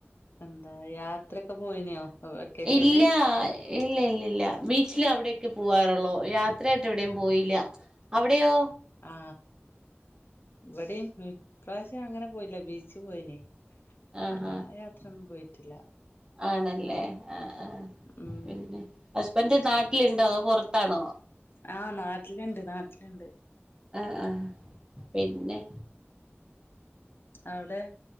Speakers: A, on the left; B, on the right.
A: എന്താ യാത്ര പോയിനോ വെക്കേഷനില്
B: ഇല്ല ഇല്ല ഇല്ല ഇല്ല ബീച്ചില് അവിടെയൊക്കെ പോവാറുള്ളൂ യാത്ര ആയിട്ട് എവിടെയും പോയില്ല അവിടെയോ
A: ആ ഇവിടെയും വിപ്രാവശ്യം അങ്ങനെ പോയില്ല ബീച്ച് പോയിനി
B: ആഹ്
A: അല്ല
B: ആഹ്
A: യാത്രന്ന പോയി ല്ല
B: ആണല്ലേ ആ ആ
A: ഉം
B: പിന്നെ ന്റ് നാട്ടിലുണ്ടോ അതോ പുറത്താണോ
A: ആഹ് നാട്ടിലുണ്ട് നാട്ടിലുണ്ട്
B: ആഹ് പിന്നെ
A: അവിടെ